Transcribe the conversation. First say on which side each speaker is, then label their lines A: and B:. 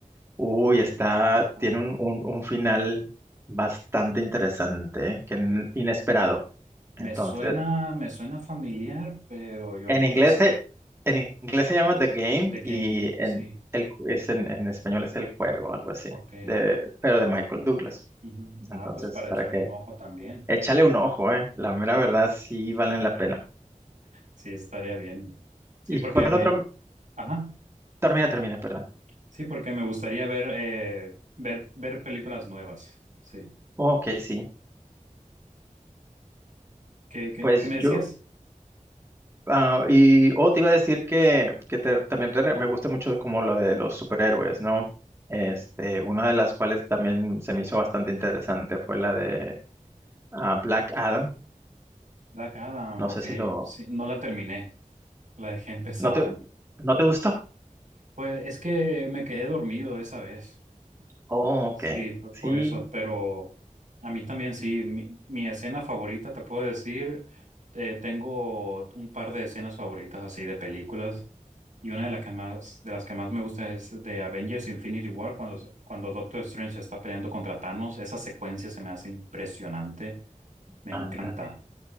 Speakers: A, on the right (about 20°); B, on the right (about 65°).
A: Uy,
B: De que,
A: está,
B: ajá,
A: tiene un, un- un final bastante interesante, ¿eh? que
B: ok.
A: n- inesperado. Entonces,
B: Me suena, me suena familiar, pero yo
A: en
B: creo
A: inglés,
B: que sí.
A: se- en inglés se llama The Game
B: The Game,
A: y
B: sí,
A: en, el, ju- es en, en español es el juego, algo así,
B: ok.
A: de, pero de Michael Douglas.
B: Ujú. Ah,
A: Entonces,
B: pues para
A: para
B: echarle
A: que
B: un ojo también.
A: Échale un ojo, eh. La mera
B: Sí,
A: verdad sí
B: <laughs>
A: valen la pena.
B: sí, estaría bien. Sí,
A: ¿Y
B: porque
A: cuál
B: me,
A: otra?
B: ajá.
A: Termina, termina, perdón.
B: Sí, porque me gustaría ver, eh, ver, ver películas nuevas. Sí.
A: Ok, sí.
B: ¿Qué, qué,
A: Pues
B: qué me decías?
A: yo, ah, y, oh, te iba a decir que, que te- también te re- me gusta mucho como lo de los superhéroes, ¿no? Este, una de las cuales también se me hizo bastante interesante fue la de ah, Black Adam.
B: Black Adam,
A: No
B: ok.
A: sé si lo,
B: Sí, no la terminé. La dejé empezada.
A: ¿no te, no te gustó?
B: Pues es que me quedé dormido esa vez.
A: Oh, ok.
B: Sí, pues
A: Sí,
B: por eso, pero a mí también sí, mi, mi escena favorita, te puedo decir, eh, tengo un par de escenas favoritas así de películas y una de las que más, de las que más me gusta es de Avengers Infinity War cuando, s- cuando Doctor Strange está peleando contra Thanos, esa secuencia se me hace impresionante, me
A: ándale.
B: encanta,